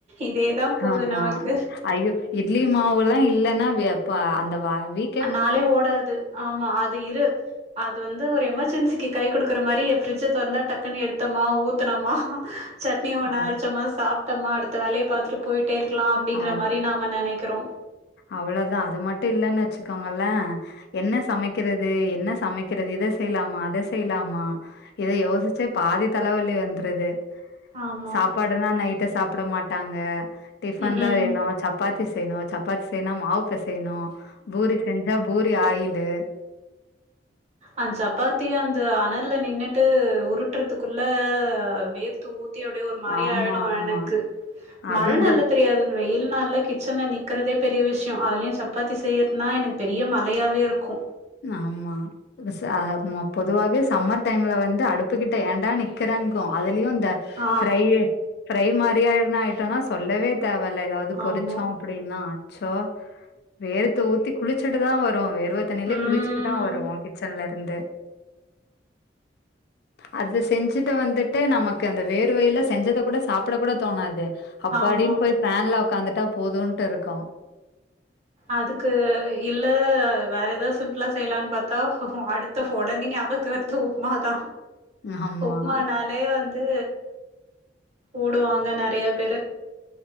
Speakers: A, on the right (about 35°); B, on the left (about 60°).
A: இதே தா போது
B: ஆமா.
A: நமக்கு
B: ஐயோ இட்லி மாவுல்லா இல்லன்னா ப அந்த வா வீ
A: அந் நாளே ஓடாது ஆமா அது இரு அது வந்து ஒரு எமர்ஜென்சிக்கு கை குடுக்குற மாரி ஃப்ரி்ஜ தொறந்தா டக் குனு எடுத்தோமா ஊத்தனமா சட்னி ஒன்ன
B: ஆ
A: அரச்சமா சாப்ட்டம்மா அடுத்த வேலய பாத்துட்டு போயிட்டே இருக்கலா அப்படிங்கிற
B: ஆ.
A: மாரி நாம நெனைக்கிறோ
B: அவ்ளோதா அது மட்டு இல்லன்னு வச்சுக்கோங்களே என்ன சமைக்கிறது என்ன சமைக்கிறது இத செய்லாமா அத செய்லாமா இத யோசிச்சே பாதி தலவலி வந்துருது
A: ஆமா
B: சாப்பாடுனா நைட்டு சாப்ட மாட்டாங்க டிஃபன்
A: ம்
B: தா
A: ம்
B: வேணு சப்பாத்தி செய்யணு சப்பாத்தி செய்யனா மாவு பெசயணு பூரி செஞ்சா பூரி ஆயிலு
A: அந்த் சப்பாத்தி அந்த அனல்ல நின்னுட்டு உருட்டுறதுக்குள்ள வேர்த் து ஊத்தி அப்டியே ஒரு மாரி
B: ஆமா
A: ஆயிடு
B: ஆமா
A: எனக்கு மழ
B: அதுவு இந்த
A: நாள்ல தெரியாது வெயில் நாள்ல கிச்சன்ல நிக்குறதே பெரிய விஷ்யோ அதுலயு சப்பாத்தி செய்யரத் னா எனக் பெரிய மலையாவே இருக்கு
B: ஆமா ஸ் அ மா பொதுவாவே சம்மர் டைம்ல வந்து அடுப்புகிட்ட ஏண்டா நிக்கிறங்கு அதுலயு இந்த
A: ஆ
B: தை ஃப்ரை மாரியான ஆயிட்டோனா சொல்லவே தேவல்ல ஏதாவது பொறிச்சோ
A: ஆமா
B: அப்படினா அச்சோ வேர்த்து ஊத்தி குளிச்சுட்டு தா வருவோ வேர்வ தண்ணிலே
A: ம்
B: குளிச்சுட்டுதா வருவோ கிச்சன் லருந்து அது செஞ்சுட்டு வந்துட்டு நமக்கு அந்த வேர்வைல செஞ்சத கூட சாப்பிட கூட தோணாது அப்பாடின்
A: ஆமா
B: போய் ஃபேன்ல உக்காந்துட்டா போதுன்ட்டு இருக்கு
A: அதுக்கு இல்ல வேற ஏதாது சிம்ப்ளா செய்லான் பாத்தா அடுத் த ஒடனே ங்க அபுக்கெடுத்து உப்மா தா
B: <unintelligible> ஆமா
A: உப்மா நாலே வந்து ஓடுவாங்க நெறய பேரு